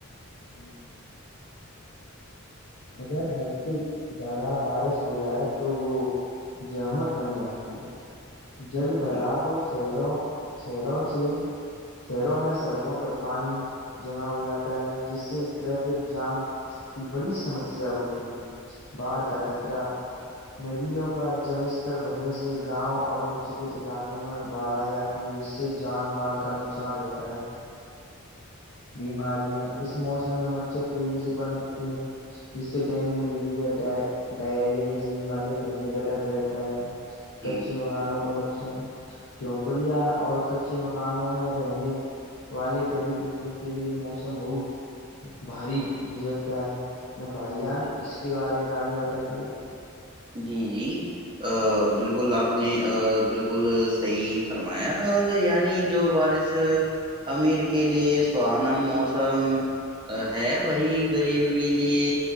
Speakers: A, on the left (about 70°); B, on the right (about 20°).
A: <inaudible> اگر ہل سے زیادہ بارش ہو جائے تو وہ جہمت بن جاتی ہے جل برااب
B: جی
A: شہروں چھ رہچ شہروں میں سڑکوں پر پانی جمع ہو جاتا ہے جس سے ٹریفک جام کی بڑی سمسیا ہوتی ہے باھ کا خطرہ ندیوں کا جلستتر بڑھنے سے گاؤں اور نچلے علاقوں میں باارایا ج سے جان مال کا نقصان رہتا ہے بیماریاں اس موسم میں مچھر تیزی سے پنتتے ہیں سے ڈینگو ملیریا ڈائریا جیسی بیماریاں پھیلنے کا ڈر رہتا ہے
B: جی
A: کچی مکانوں کو نقصان جھوپڑیاں اور کچی مکانوں میں رہنے والے غریب لوگوں کے لیے موسم بہت بھاری گزرتا ہے تو بھائی جان اس کے بارے میں آگے بتائیے
B: جی جی بالکل آپ نے بالکل صحیح فرمایا اور یعنی جو بارش امیر کے لئے سہانا موسم ہے وہی گغریب کے لیے